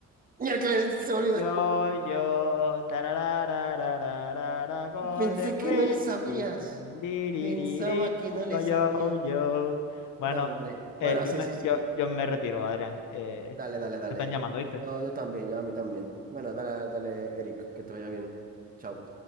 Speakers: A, on the right (about 30°); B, on the left (about 80°).
A: Miércoles, se me olvidó.
B: Yo, yo, tararararararara, Golden
A: Pensé que
B: Rim,
A: no le sabías.
B: tiriririri,
A: Pensaba que
B: digo
A: no le sabías.
B: yo, yo. Bueno,
A: No, hombre. Bueno,
B: eh, yo
A: sí,
B: me,
A: sí,
B: yo,
A: sí.
B: yo me retiro, Adrián. eh,
A: Dale,
B: me
A: dale, dale.
B: están llamando, ¿viste?
A: Yo, yo también, yo a mí también. Bueno, dale, dale, Eric, que te vaya bien. Chao.